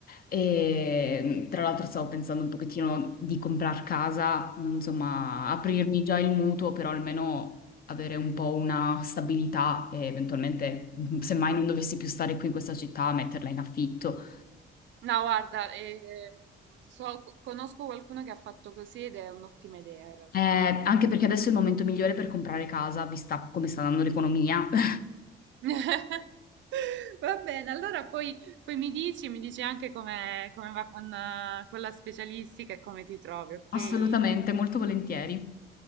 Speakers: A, on the left; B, on the right.
A: e mh, tra l'altro stavo pensando un pochettino di comprar casa, insomma aprirmi già il mutuo però almeno avere un po' una stabilità e eventualmente mh, semmai non dovessi più stare qui in questa città metterla in affitto.
B: No, guarda, ehm, so- conosco qualcuno che ha fatto così ed è un'ottima idea in realtà.
A: Eh, anche perché adesso è il momento migliore per comprare casa, vista come sta andando l'economia. <laughs>
B: <laughs> Va bene, allora poi, poi mi dici, mi dici anche come, come va con, eh, con la specialistica e come ti trovi, ok?
A: Assolutamente, molto volentieri.